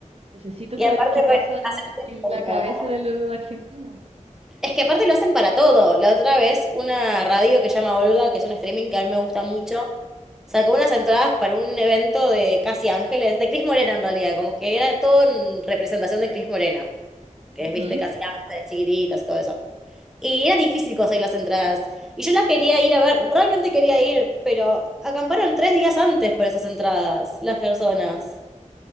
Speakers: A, on the right; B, in the centre.
A: Necesito
B: Y
A: saber
B: aparte,
A: qué pasa
B: bueno, hacen
A: en
B: como-
A: la cabeza de los argentinos.
B: Es que aparte lo hacen para todo. La otra vez, una radio que se llama Olga, que es un streaming que a mí me gusta mucho, sacó unas entradas para un evento de Casi Ángeles, de Cris Morena en realidad, como que era todo en representación de Cris Morena, que
A: Ujú.
B: es, viste, Casi Ángeles, chiquititas, todo eso. Y era difícil conseguir las entradas. Y yo la quería ir a ver, realmente quería ir, pero acamparon tres días antes por esas entradas, las personas.